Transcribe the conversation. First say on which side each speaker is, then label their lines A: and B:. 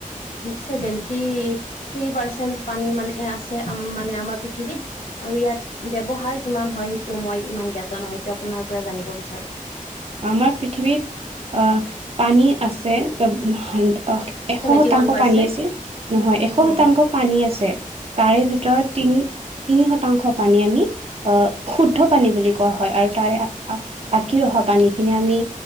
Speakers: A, on the left (about 70°); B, on the right (about 45°).
A: চেভেনটো, এইতটি পাৰচেন পিনী মানে মানে আমাৰ পৃথিৱীত আৰু ইয়াত ব্যৱহাৰ কিমান হয় সেইটো মই ইমান জ্ঞাত নহয় সেইটো আপোনাৰ পৰা জানিব বিচাৰো
B: আমাৰ পৃথিৱীত অ পানী আছে অ এশ
A: ছেভেন্টি
B: শতাংশ
A: ওৱান পাৰ্চেন্ট
B: পানী আছিল নহয় এশ শতাংশ
A: নহয়
B: পানী আছে তাৰে ভিতৰত তিনি তিনি শতাংশ পানী আমি অহ শুদ্ধ পানী বুলি কোৱা হয় আৰু তাৰে বাকী অহা পানী যিখিনি আমি